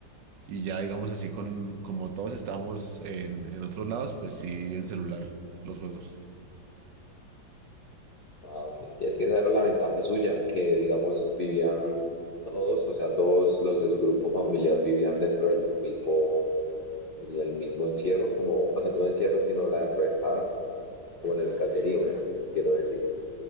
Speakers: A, on the right; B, on the left.
A: Y ya, digamos así, con, como todos estábamos en, en otros lados, pues sí, en celular, los juegos.
B: Ah, ok. Y es que esa era la ventaja suya, que, digamos, vivían todos, o sea, todos los de su grupo familiar vivían dentro del mismo, del mismo encierro, como, <laughs> o sea, no encierro, sino la enrejada, como en el caserío, me me quiero decir.